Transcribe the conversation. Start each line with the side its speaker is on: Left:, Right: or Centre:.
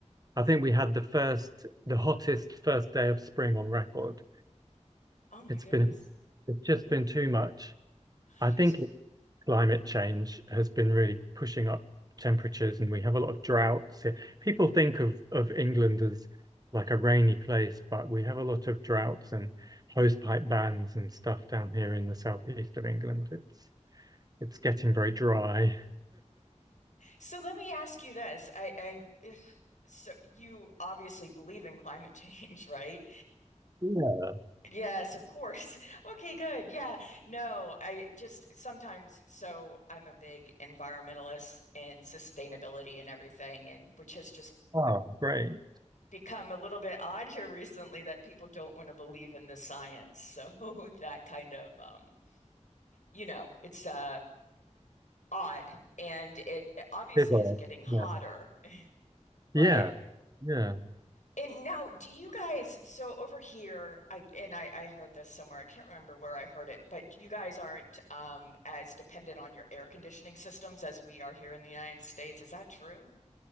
Right: I think we had the first, the hottest first day of spring on record.
Left: Oh my
Right: It's
Left: goodness.
Right: been it's just been too much.
Left: <laughs>
Right: I think climate change has been really pushing up temperatures, and we have a lot of droughts here. People think of of England as like a rainy place, but we have a lot of droughts and hosepipe bans and stuff down here in the southeast of England. It's it's getting very dry.
Left: So let me ask you this. I, I <sighs> so you obviously believe in climate change, <laughs> right?
Right: Yeah.
Left: Yes, of course. <laughs> Okay, good. Yeah. No, I just sometimes, so I'm a big environmentalist and sustainability and everything, and which has just
Right: Oh, great.
Left: become a little bit odd here recently that people don't want to believe in the science. So <laughs> that kind of, um, you know, it's uh, odd. And it obviously
Right: It was.
Left: is getting hotter,
Right: Yeah.
Left: but
Right: Yeah. Yeah.
Left: And now, do you guys, so over here, I and I, I heard this somewhere. I can't remember where I heard it, but you guys aren't um, as dependent on your air conditioning systems as we are here in the United States. Is that true?